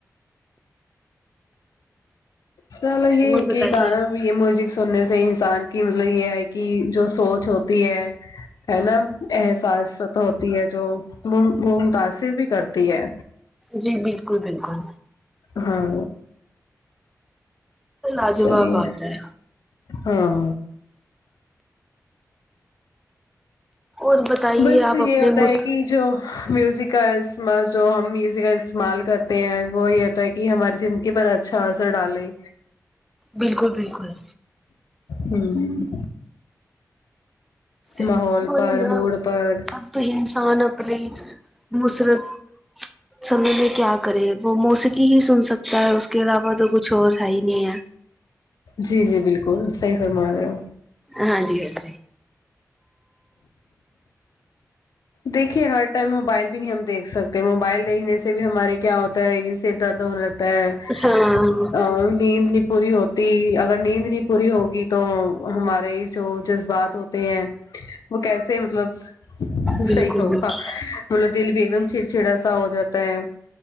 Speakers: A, on the left; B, in the centre.
A: چلو یہ
B: اور بتائیے
A: کہ گانا یہ میوزک سننے سے انسان کی مطلب یہ ہے کہ جو سوچ ہوتی ہے ہے نا احساس ہوتی ہے جو وہ متاثر بھی کرتی ہے
B: جی بالکل بالکل
A: ہاں
B: لاجواب
A: چلیے
B: بات ہے
A: ہاں
B: اور بتائیے
A: بس
B: آپ
A: یہ
B: اپنے
A: ہوتا
B: مس
A: ہے کی جو میوزک کا استعمال جو ہم میوزک کا استعمال کرتے ہیں وہ یہ ہوتا ہیکی یہ ہماری زندگی پر اچھا اثر ڈالے
B: بالکل بالکل
A: ہوں
B: سے
A: ماحول
B: وہی
A: پر
B: نا
A: موڈ پر
B: اب تو انسان اپنے مسرت سمے میں کیا کرے وہ میوزک ہی سن سکتا ہے اس کے علاوہ تو کچھ اور ہے ہی نہیں ہے
A: جی جی بالکل صحی فرما رہے ہو
B: ہاں جی ہاں جی
A: دیکھیے ہر ٹائم موبائل بھی نہیں ہم دیکھ سکتے موبائل دیکھ سے سے بھی ہمارے کیا ہوتا ہے یہ سر درد ہونے لگتا ہے
B: ہاں
A: اور نیند نہیں پوری ہوتی تی اگر نیند نہیں پوری ہوگی تو ہمارے جو جذبات ہوتے ہیں وہ کیسے مطلب
B: بالکل
A: صحیح ہوگا
B: بالکل
A: مطلب دل بھی ایک دم چڑچڑا سا ہو جاتا ہے